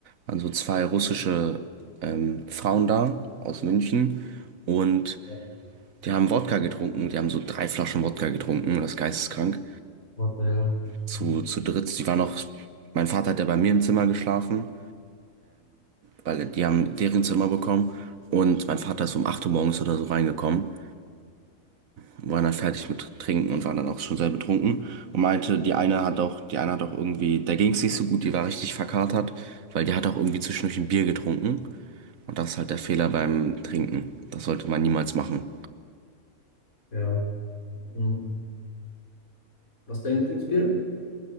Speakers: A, on the right; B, on the left.
A: waren so zwei russische ähm, Frauen da aus München und
B: Ja.
A: die haben Wodka getrunken, die haben so drei Flaschen Wodka getrunken, das ist geisteskrank.
B: What the hell?
A: Zu, zu dritt, die waren auch, mein Vater hat ja bei mir im Zimmer geschlafen. weil die haben deren Zimmer bekommen und mein Vater ist um 8 Uhr morgens oder so reingekommen, war dann fertig mit Trinken und war dann auch schon sehr betrunken und meinte, die eine hat auch, die eine hat auch irgendwie, der ging es nicht so gut, die war richtig verkatert, weil die hat auch irgendwie zwischendurch ein Bier getrunken und das ist halt der Fehler beim Trinken. Das sollte man niemals machen.
B: Ja. Hm. Was ist dein Lieblingsbier?